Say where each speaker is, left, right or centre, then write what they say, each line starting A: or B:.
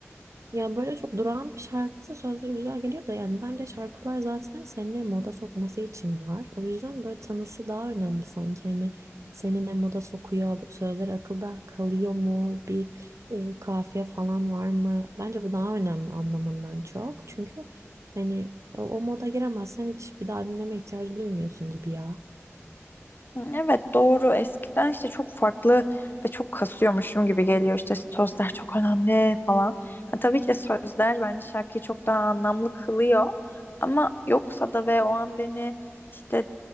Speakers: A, on the right; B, on the left.
A: Ya böyle çok durağan bir şarkıysa sözleri güzel geliyor da yani bence şarkılar zaten seni moda sokması için var. O yüzden böyle tanısı daha önemli sanki. Hani seni ne moda sokuyor, sözleri akılda kalıyor mu, bir e, kafiye falan var mı? Bence bu daha önemli anlamından çok. Çünkü hani o, o moda giremezsen hiç bir daha dinleme ihtiyacı duymuyorsun gibi ya.
B: Hı, Evet doğru eskiden işte çok farklı ve çok kasıyormuşum gibi geliyor işte sözler çok önemli falan. Ha, tabii ki de sözler bence şarkıyı çok daha anlamlı kılıyor ama yoksa da ve o an beni işte